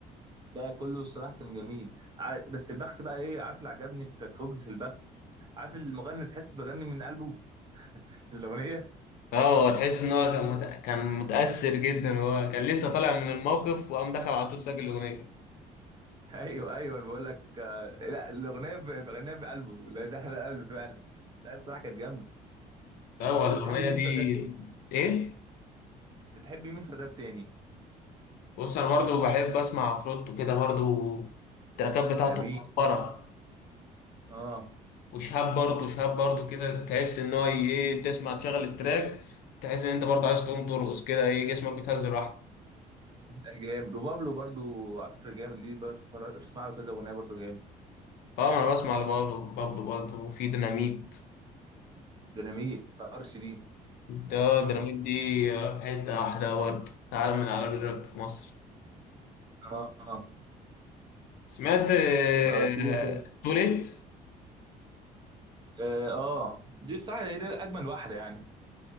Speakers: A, on the right; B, on the left.
A: ده كله الصراحه كان جميل ع- بس البخت بقى ايه عارف اللي عجبني في فوكس في وجز البخت عارف المغني اللي تحس بغني من قلبه الاغنيه
B: اه هو تحس ان هو كان مت... كان متأثر جدا هو كان لسه طالع من الموقف وقام دخل على طول سجل الأغنية
A: <laughs> ايوه ايوه انا بقول لك آه لا الاغنيه ب- بغنيها بقلبه اللي هي داخله القلب فعلا لا الصراحه كانت جامده
B: لا هو
A: انت
B: الأغنية
A: بتحبي مين
B: دي
A: في الراب تاني؟
B: ايه
A: بتحبي مين في الراب تاني
B: بص انا برضو بحب اسمع عفروتو كده برضو التراكات بتاعته
A: جميل
B: مهبرة
A: اه
B: وشهاب برضو شهاب برضو كده تحس ان هو ايه تسمع تشغل التراك تحس ان انت برضو عايز تقوم ترقص كده ايه جسمك بيتهز لوحده
A: لا، جامد وبابلو برضو على فكره جامد ليه بس بسمع له كذا اغنيه برضو جامد
B: اه ما انا بسمع لبابلو بابلو برضه وفي ديناميت
A: ديناميت طرش دي
B: ده ديناميت دي آه، في حتة واحدة برضه عالم من أعلام الراب في مصر
A: اه
B: سمعت آه.
A: اه في إيه تاني؟
B: توليت
A: اه آه، دي الصراحه هي دي اجمل واحده يعني